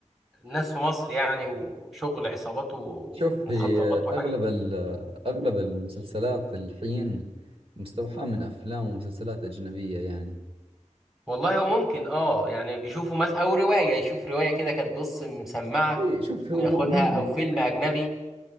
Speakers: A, in the centre; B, on the right.
A: الناس في مصر يعني وشغل عصابات ومخدرات
B: شوف هي
A: وحاجه
B: أغلب ال- أغلب المسلسلات الحين مستوحاة من أفلام ومسلسلات أجنبية يعني
A: والله هو ممكن اه يعني بيشوفوا مثلا او روايه يشوف روايه كده كانت بص مسمعه
B: إيه شوف
A: وياخدها
B: هو مو- ما هي والله
A: او فيلم اجنبي